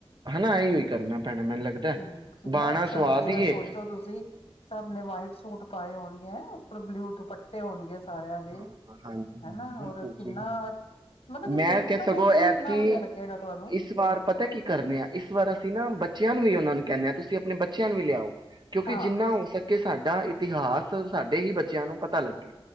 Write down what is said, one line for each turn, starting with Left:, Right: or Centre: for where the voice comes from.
Right: ਹੈਨਾ ਇਹੀਓ ਹੀ ਕਰਨੈ। ਪੈਣਾ ਮੈਨੂੰ ਲਗਦਾ,
Left: ਕਿ ਕਿੰਨਾ
Right: ਬਾਣਾ
Left: ਅੱਛਾ
Right: ਸਵਾ
Left: ਲੱਗੇਗਾ
Right: ਦਿਏ।
Left: ਸੋਚੋ ਤੁਸੀਂ, ਸਭ ਨੇ ਵਾਈਟ ਸੂਟ ਪਾਏ ਹੋਣਗੇ। ਹੈਂ। ਉੱਪਰ ਬਲੂ ਦੁਪੱਟੇ ਹੋਣਗੇ। ਸਾਰਿਆਂ ਦੇ
Right: ਹਾਂ-ਹਾਂ, ਹਾਂਜੀ-ਹਾਂਜੀ,
Left: ਹਨਾ
Right: ਬਿਲਕੁਲ
Left: ਔਰ ਕਿੰਨਾ
Right: ਜੀ ਹਾਂ।
Left: ਮਤਲਬ ਕਿ
Right: ਮੈਂ
Left: ਦੇਖਣ
Right: ਕਿਆ ਸਗੋਂ,
Left: ਵਿੱਚ
Right: ਐਤਕੀ
Left: ਹੀ ਇੰਨਾ ਵਧੀਆ ਲੱਗੇਗਾ ਤੁਹਾਨੂੰ
Right: ਇਸ ਵਾਰ ਪਤਾ ਕੀ ਕਰਨੇ ਆ, ਇਸ ਵਾਰ ਅਸੀਂ ਨਾ ਬੱਚਿਆਂ ਨੂੰ ਵੀ ਉਹਨਾਂ ਨੂੰ ਕਹਿੰਦੇ ਆ, ਤੁਸੀਂ ਆਪਣੇ ਬੱਚਿਆਂ ਨੂੰ ਵੀ ਲਿਆੳ। ਕਿਉਂਕਿ
Left: ਹਾਂ
Right: ਜਿੰਨਾ ਹੋ ਸਕੇ ਸਾਡਾ ਇਤਿਹਾਸ, ਸਾਡੇ ਹੀ ਬੱਚ ਬੱਚਿਆਂ ਨੂੰ ਪਤਾ ਲੱਗੇ।